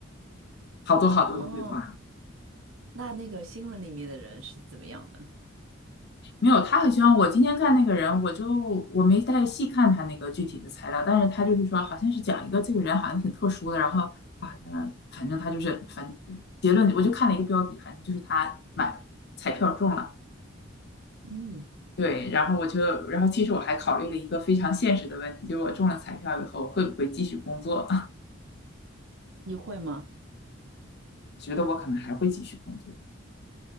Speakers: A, on the left; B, on the right.
A: 好多好多的规划。
B: 哦，那那个新闻里面的人是怎么样的？
A: 没有，他好像我今天看那个人，我就我没太细看他那个具体的材料，但是他就是说，好像是讲一个这个人好像挺特殊的，然后好像反正他就是反结论，我就看了一个标题，反正就是他买彩票中了，
B: 嗯，
A: 对，然后我就然后其实我还考虑了一个非常现实的问题，就是我中了彩票以后会不会继续工作？
B: 你会吗？
A: <laughs> 我觉得我可能还会继续工作，